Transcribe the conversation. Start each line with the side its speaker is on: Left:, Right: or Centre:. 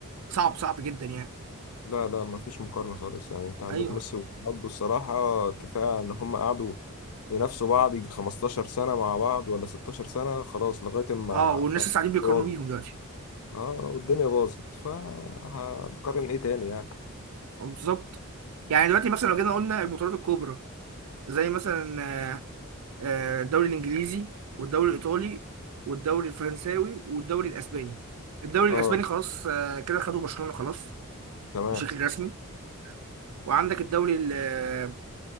Right: صعب صعب جدا يعني
Left: لا لا ما فيش مقارنه خالص يعني انت عندك
Right: ايوه
Left: ميسي ورونالدو الصراحه كفايه ان هم قعدوا ينافسوا بعض يجي 15 سنه مع بعض ولا 16 سنه خلاص لغايه ما
Right: اه والناس
Left: فاهم
Right: لسه قاعدين بيقارنوا
Left: باظت
Right: بيهم دلوقتي
Left: اه والدنيا باظت فهنقارن ايه تاني يعني
Right: بالظبط يعني دلوقتي مثلا لو جينا قلنا البطولات الكبرى زي مثلا آه، آه، الدوري الانجليزي والدوري الايطالي والدوري الفرنساوي والدوري الاسباني الدوري
Left: اه
Right: الاسباني خلاص آه، كده خدوا برشلونة خلاص
Left: تمام
Right: بشكل رسمي وعندك الدوري ال- آه،